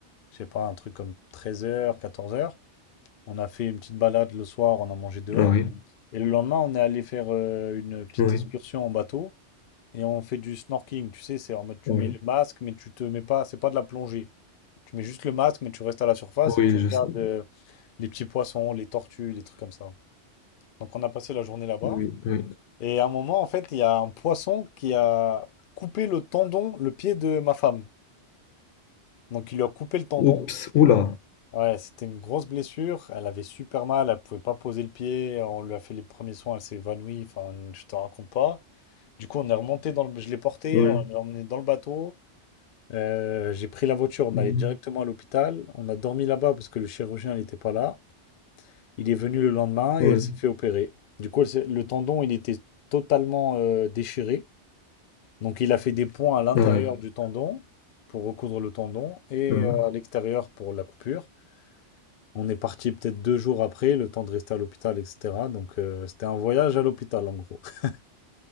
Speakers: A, on the left; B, on the left.
A: je sais pas, un truc comme treize heures, quatorze heures. On a fait une petite balade le soir, on a mangé dehors.
B: oui,
A: Et le lendemain on est allé faire euh, une petite
B: oui,
A: excursion en bateau et on fait du snorkeling. Tu sais, c'est en mode tu
B: oui,
A: mets le masque mais tu te mets pas, c'est pas de la plongée. Tu mets juste le masque mais tu restes à la surface
B: oui,
A: et tu regardes
B: je sais.
A: euh, les petits poissons, les tortues, des trucs comme ça. Donc on a passé la journée là-bas.
B: Oui, oui.
A: Et à un moment en fait il y a un poisson qui a coupé le tendon, le pied de ma femme. Donc il lui a coupé le tendon.
B: Oups, oula.
A: Ouais, c'était une grosse blessure. Elle avait super mal, elle pouvait pas poser le pied. On lui a fait les premiers soins, elle s'est évanouie. Enfin, je te raconte pas. Du coup, on est remonté dans le... Je l'ai porté,
B: Oui,
A: on l'a emmené dans le bateau. Euh, j'ai pris la voiture, on
B: Mhm.
A: allait directement à l'hôpital. On a dormi là-bas parce que le chirurgien n'était pas là. Il est venu le lendemain
B: oui,
A: et elle s'est fait opérer. Du coup, elle s'est- le tendon, il était totalement euh, déchiré. Donc, il a fait des points à l'intérieur
B: oui.
A: du tendon pour recoudre le tendon et
B: Mhm.
A: euh, à l'extérieur pour la coupure. On est parti peut-être deux jours après, le temps de rester à l'hôpital, etc. Donc, euh, c'était un voyage à l'hôpital, en gros. <laughs>